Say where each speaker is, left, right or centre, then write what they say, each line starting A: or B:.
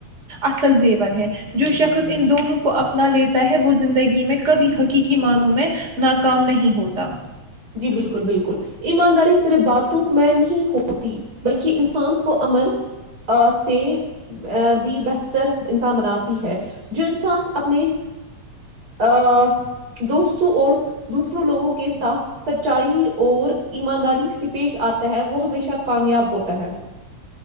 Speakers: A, on the right; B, on the right.
A: اصل زیور ہے جو شخص ان دونوں کو اپنا لیتا ہے وہ زندگی میں کب حقیقی مانوں میں ناکام نہیں ہوتا
B: جی بالکل بالکل ایمانداری صرف باتوں میں نہیں ہوتی بلکہ انسان کو عمل سے ا بھی بہتر انسان بناتی ہے جو انسان اپنے ا دوستوں اور دوسروں لوگوں کے ساتھ سچائی اور ایمانداری سے پیش آتا ہے وہ ہمیشہ کامیاب ہوتا ہے